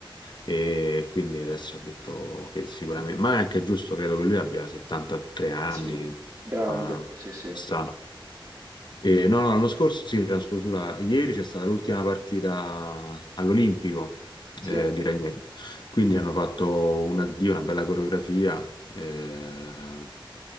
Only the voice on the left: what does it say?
e quindi adesso ha detto che sicuramente, ma è anche giusto, credo che lui abbia 73 anni,
ma
sta. E, no, no, l'anno scorso, sì, l'anno scorso, scusa, ieri c'è stata l'ultima partita all'Olimpico
eh, di Ragnello. Quindi hanno fatto un addio, una bella coreografia, eh,